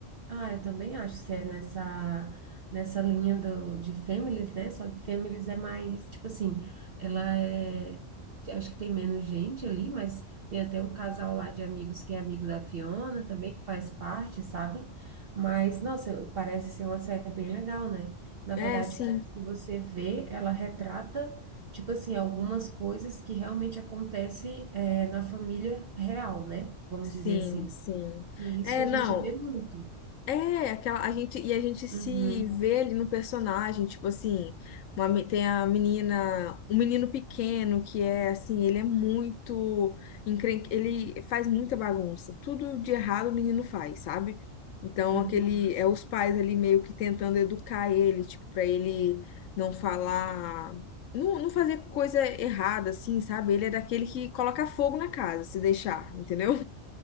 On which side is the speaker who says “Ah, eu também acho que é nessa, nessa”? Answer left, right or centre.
Right